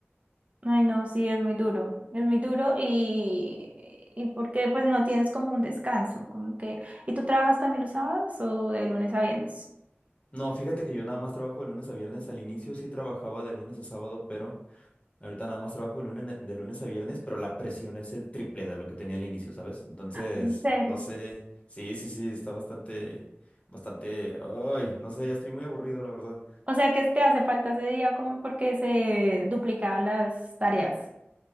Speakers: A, on the right; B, on the left.
A: Ay, no, sí, es muy duro, es muy duro y, y porque pues no tienes como un descanso, como que... ¿Y tú trabajas también los sábados o de lunes a viernes?
B: No, fíjate que yo nada más trabajo de lunes a viernes. Al inicio sí trabajaba de lunes a sábado, pero ahorita nada más trabajo de lunes, de lunes a viernes, pero la presión es el triple de lo que tenía al inicio, ¿sabes? Entonces,
A: En serio.
B: no sé. Sí, sí, sí, está bastante, bastante. Ay, no sé, ya estoy muy aburrido, la verdad.
A: O sea que te hace falta ese día como porque se duplicaban las tareas.